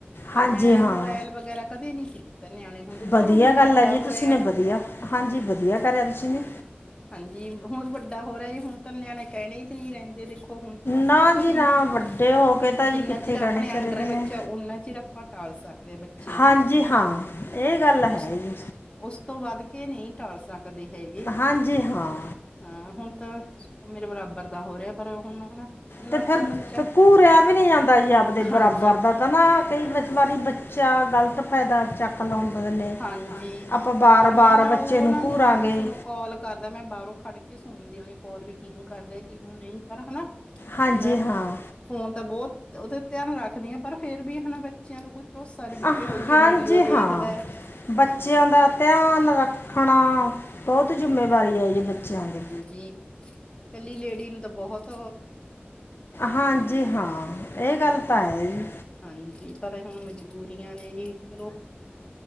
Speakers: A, on the left; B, on the left.
A: ਪਰ
B: ਹਾਂਜੀ
A: ਮੈਂ
B: ਹਾਂ
A: ਮੋਬਾਇਲ ਵਗੈਰਾ ਕਦੇ ਨਹੀ ਸੀ ਦਿੱਤਾ ਨਿਆਣੇ ਹੁੰਦੇ ਨੂੰ
B: ਵਧੀਆ
A: ਪਰ ਉਹ ਹੁਣ ਵੱਡਾ
B: ਗੱਲ ਹੈ ਜੀ
A: ਹੋਇਆ।
B: ਤੁਸੀਂ ਨੇ ਵਧੀਆ ਹਾਂਜੀ ਵਧੀਆ ਕਰਿਆ ਰਿਸ਼ੀ ਨੇ।
A: ਹਾਂਜੀ, ਹੁਣ ਵੱਡਾ ਹੋ ਰਿਹਾ ਹੁਣ ਤਾਂ ਨਿਆਣੇ ਕਹਿਣੇ ਈ ਚ ਨੀ ਰਹਿੰਦੇ ਦੇਖੋ। ਹੁਣ ਤਾਂ ਸਭ
B: ਨਾ
A: ਕੁਛ
B: ਜੀ
A: ਹੀ
B: ਨਾ
A: ਹਨਾ
B: ਵੱਡੇ ਹੋ ਕੇ ਤਾਂ
A: ਜਿੰਨਾ
B: ਜੀ ਕਿੱਥੇ
A: ਚਿਰ ਆਪਣੇ
B: ਗਾਣੇ
A: ਅੰਡਰ
B: ਚ ਰਹਿੰਦੇ
A: ਐ ਬੱਚਾ
B: ਨੇ
A: ਓਨਾ ਚਿਰ ਆਪਾਂ ਟਾਲ ਸਕਦੇ ਹਾਂ ਬੱਚੇ ਨੂੰ
B: ਹਾਂਜੀ ਹਾਂ ਇਹ ਗੱਲ ਹੈ
A: ਉਸ
B: ਜੀ।
A: ਉਸ ਤੋਂ ਵੱਧ ਕੇ ਨੀ ਟਾਲ ਸਕਦੇ ਹੈਗੇ।
B: ਹਾਂਜੀ ਹਾਂ
A: ਹਾਂ ਹੁਣ ਤਾਂ ਮੇਰੇ ਬਰਾਬਰ ਦਾ ਹੋ ਰਿਹਾ ਪਰ ਹੁਣ ਹਨਾ ਨਾ
B: ਤੇ ਫੇਰ
A: ਤਾਂ ਬੱਚਾ
B: ਘੂਰਿਆ ਵੀ ਨਈ ਜਾਂਦਾ ਜੀ ਆਪਦੇ
A: ਹਾਂਜੀ
B: ਬਰਾਬਰ ਦਾ ਤਾਂ ਨਾ ਕਈ ਵਾਰੀ ਬੱਚਾ ਗ਼ਲਤ ਫਾਇਦਾ ਚੱਕ ਲਾਉਂਦੇ ਨੇ
A: ਹਾਂਜੀ,
B: ਆਪਾਂ ਬਾਰ-ਬਾਰ
A: ਪਰ ਮੈ ਨਾ
B: ਬੱਚੇ
A: ਉਹ
B: ਨੂੰ
A: ਨਾ
B: ਘੂਰਾਂਗੇ
A: ਜਦੋਂ ਕਿਸੇ ਨੂੰ ਕਾਲ ਕਰਦਾ ਮੈ ਬਾਹਰੋਂ ਖੜ ਕੇ ਸੁ ਸੁਣਦੀ ਆ ਵੀ ਕੋਲ ਵੀ ਕਿਹਨੂੰ ਕਰ ਰੇਆ, ਕਿਹਨੂੰ ਨਈ ਪਰ ਹਨਾ
B: ਹਾਂਜੀ
A: ਮੈਂ
B: ਹਾਂ
A: ਫੋਨ ਤਾਂ ਬਹੁਤ ਤੇ ਉਹਦਾ ਧਿਆਨ ਰੱਖਦੀ ਆ ਪਰ ਫੇਰ ਵੀ ਹਨਾ ਬੱਚਿਆਂ ਦਾ ਕੋਈ ਭਰੋਸਾ ਨੀ ਬੀ
B: ਅ
A: ਕੇਹੋ ਜਿਹੀ
B: ਹਾਂਜੀ
A: ਵੀਡੀਓ
B: ਹਾਂ
A: ਦੇਖ <unintelligible>
B: ਬੱਚਿਆਂ ਦਾ ਧਿਆਨ ਰੱਖਣਾ ਬਹੁਤ ਜਿੰਮੇਵਾਰੀ ਐ ਜੀ ਬੱਚਿਆਂ ਦੀ
A: ਜੀ ਕੱਲੀ ਲੇਡੀ ਨੂੰ ਤਾਂ ਬਹੁਤ
B: ਹਾਂਜੀ ਹਾਂ ਇਹ ਗੱਲ ਤਾਂ ਐ ਜੀ
A: ਹਾਂਜੀ ਪਰ ਹੁਣ ਮਜਬੂਰੀਆਂ ਨੇ ਜੀ ਚਲੋ